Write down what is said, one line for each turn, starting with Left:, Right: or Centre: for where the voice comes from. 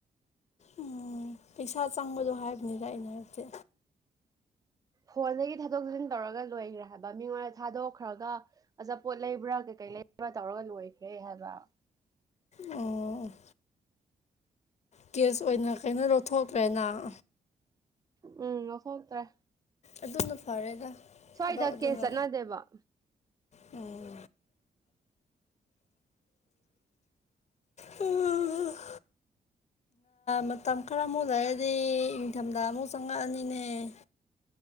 Left: ꯎꯝ... ꯄꯩꯁꯥ ꯆꯪꯕꯗꯣ ꯍꯥꯏꯕꯅꯤꯗ ꯑꯩꯅ ꯍꯥꯏꯕꯗꯤ
Right: ꯐꯣꯟꯗꯒꯤ ꯊꯥꯗꯣꯛ ꯊꯥꯖꯤꯟ ꯇꯧꯔꯒ ꯂꯣꯏꯒ꯭ꯔꯦ ꯍꯥꯏꯕ ꯃꯤꯉꯣꯟꯗ ꯊꯥꯗꯣꯛꯈ꯭ꯔꯒ ꯑꯆꯥꯄꯣꯠ ꯂꯩꯕ꯭ꯔꯥ ꯀꯩ ꯀꯩ ꯂꯩꯕꯅꯣ ꯇꯧꯔꯒ ꯂꯣꯏꯒ꯭ꯔꯦ ꯍꯥꯏꯕ
Left: ꯑꯣ ꯀꯦꯁ ꯑꯣꯏꯅ ꯀꯩꯅꯣ ꯂꯧꯊꯣꯛꯇ꯭ꯔꯦ ꯅꯪ
Right: ꯎꯝ ꯂꯧꯊꯣꯛꯇ꯭ꯔꯦ
Left: ꯑꯗꯨꯝꯅ ꯐꯔꯦꯗ
Right: ꯁ꯭ꯋꯥꯏꯗ
Left: ꯊꯕꯛ ꯑꯗꯨꯅ
Right: ꯀꯦꯁ ꯆꯠꯅꯗꯦꯕ
Left: ꯎꯝ <unintelligible> ꯃꯇꯝ ꯈꯔ ꯑꯃꯨꯛ ꯂꯩꯔꯗꯤ ꯏꯪꯊꯝꯊꯥ ꯑꯃꯨꯛ ꯆꯪꯉꯛꯑꯅꯤꯅꯦ <inaudible>